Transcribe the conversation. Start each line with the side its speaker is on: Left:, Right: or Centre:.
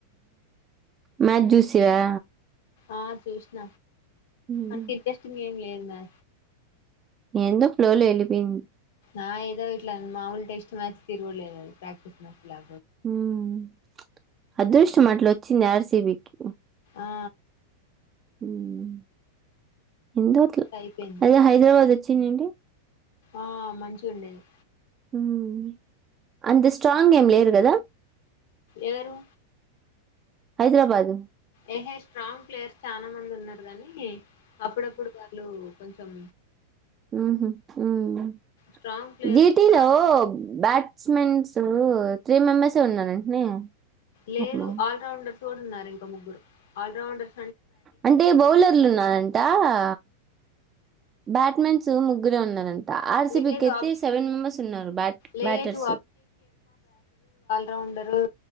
Right: మా జూసవా
Left: ఆ చూష్ణ
Right: మ్మ్
Left: అని తిరిగస్ం ఏం లేదు మ
Right: ఎందో ఫ్లో లో వెళ్ళిపోయింది
Left: ఆ ఏదో ఇట్లా మాముూలు టెస్ట్ మ్యాచ్ తిరుగుడు లేదు అది ప్రాక్టీస్ మ్యాచ్ లా.
Right: ఉమ్మ్ అదృష్టం అట్లొంచ్చింది ఆర్ సి బి కి.
Left: ఆ
Right: ఊమ్ ఏందో అట్లా
Left: అయిపోయింది
Right: ఐనా హైదరాబాదే. చ్చిందండి.
Left: ఆ మంచిగుండేది.
Right: ఉమ్మ్ అంత స్ట్రాంగ్ ఏం లేర్ కదా.
Left: ఎవరు
Right: హైద్రాబాదు.
Left: ఏహే స్ట్రాంగ్ ప్లేయర్స్ చానా మంది ఉన్నారు గాని. అప్పుడప్పుడు కాదు. కొంచం
Right: ఉహు ఉమ్మ్
Left: స్ట్రాంగ్ ప్లేయర్స్
Right: జీ టీ లో
Left: ఆ
Right: బ్యాట్స్. మెన్సు త్రీ మెంబెర్సే ఉన్నారంటనే.
Left: లేదు
Right: పాపము
Left: ఆల్ రౌండర్. తోడున్నారు ఇంకా ముగ్గురు ఆల్ రౌండర్.
Right: అంటే బౌలర్లు ఉన్నారంట. ఆ బ్యాట్మెన్స్ ముగ్గురే ఉన్నారంట్. ఆ ఆర్ సి
Left: లేదు
Right: బి కి ఐతే
Left: అభి
Right: సెవెన్ మెంబర్స్ ఉన్నారు బ్యాట్
Left: లేదు
Right: బ్యాటర్స్.
Left: రౌండరు